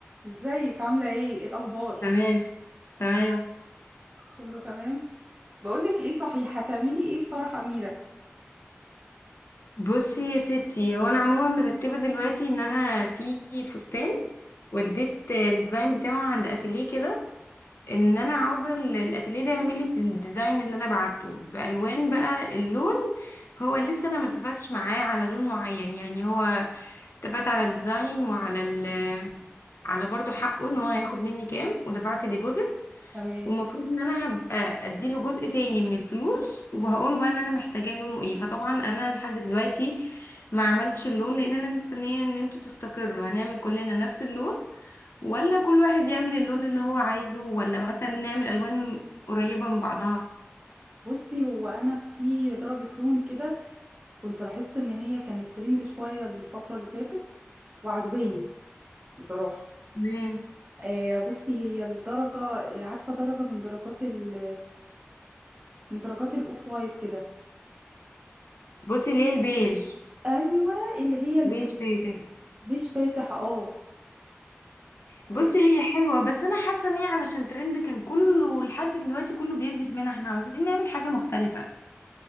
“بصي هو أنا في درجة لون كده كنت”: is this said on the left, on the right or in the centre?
Right